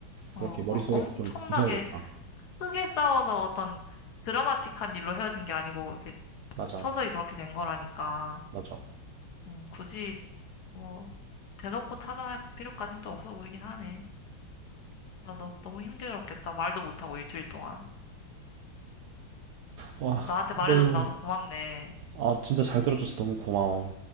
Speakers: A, on the left; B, on the right.
A: 어,
B: 그렇게 머릿속에서
A: 막 엄청나게
B: 좀 조져야겠다.
A: 크게 싸워서 어떤 드라마틱한 일로 헤어진 게 아니고 이렇게
B: 맞아,
A: 서서히 그렇게 된 거라니까.
B: 맞아.
A: 음, 굳이 뭐, 대놓고 차단할 필요까진 또 없어 보이긴 하네. 야, 너 너무 힘들었겠다. 말도 못하고 일주일 동안.
B: 와,
A: 그 나한테 말해줘서
B: 너,
A: 나도 고맙네.
B: 아, 진짜 잘 들어줘서 너무 고마워.